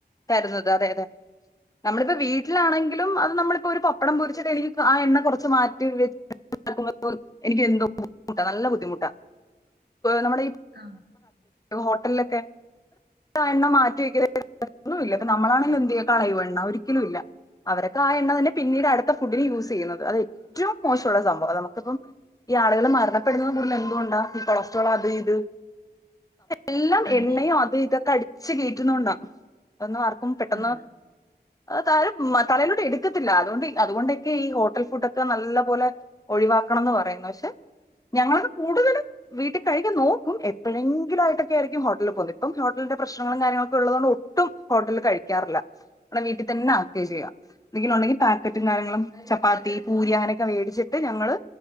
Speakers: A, on the left; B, on the right.
A: തരുന്നത് അതെ അതെ. നമ്മളിപ്പ വീട്ടിലാണെങ്കിലും അത് നമ്മളിപ്പോ ഒരു പപ്പടം പൊരിച്ചിട്ട് എനിക്ക് ആ എണ്ണ കൊറച്ച് മാറ്റിവെ പോലും എനിക്ക് എന്തോ ബുദ്ധിമുട്ട നല്ല ബുദ്ധിമുട്ടാ നമ്മുട ഈ
B: ആ
A: ഹോട്ടലിലൊക്കെ എണ്ണം മാറ്റി വെക്ക ഒന്നും ഇല്ല ഇപ്പ നമ്മളാണെങ്കിലും എന്തു ചെയ്യേ കളയുേവേ എണ്ണ ഒരിക്കലും ഇല്ല. അവരൊക്കെ ആ എണ്ണ തന്നെ പിന്നീട് അടുത്ത ഫുഡിന് യൂസ് എയ്യുന്നത് അത് ഏറ്റവും മോശമുള്ള സംഭവ നമുക്കിപ്പം ഈ ആളുകൾ മരണപ്പെടുന്ന കൂടുതൽ എന്തുകൊണ്ട ഈ കൊളസ്ട്രോൾ അത് ഇത്. എല്ലാം
B: അതെ
A: എണ്ണയു അത് ഇതൊക്കെ അടിച്ചച്ച് കെയറ്റുന്നോണ്ടാ അതെന്ന് ആർക്കും പെട്ടെന്ന്.
B: ആണ്
A: താരും ഉം തറയിലോട്ട് എടുക്കത്തില്ല അതോണ്ട് അതുകൊണ്ടൊക്കെ ഈ ഹോട്ടൽ ഫുഡ് ഒക്കെ നല്ല പോലെ ഒഴിവാക്കണം എന്ന് പറയുന്നു ഞങ്ങളത് കൂടുതലും. വീട്ടികഴിക്കാകി നോക്കും എപ്പളെങ്കിലയിട്ടൊക്കൊയിരിക്കും ഹോട്ടലിൽ പോകുന്ന ഇപ്പം ഹോട്ടലിന്റെ പ്രശ്നങ്ങളും കാര്യങ്ങളൊക്കെ ഉള്ളത്ണ്ട് ട്ടും ഹോട്ടൽ കഴിക്കാറില്ല നമ്മടെ വീട്ടിൽ തന്നെ ആക്കെ ചെയ്യാ. എന്തെങ്കിലും ഉണ്ടെങ്കിൽ പാക്കറ്റും കാര്യങ്ങളും ചപ്പാത്തി പൂരി അങ്ങനെയൊക്കെ മേടിച്ചിട്ട് ഞങ്ങള്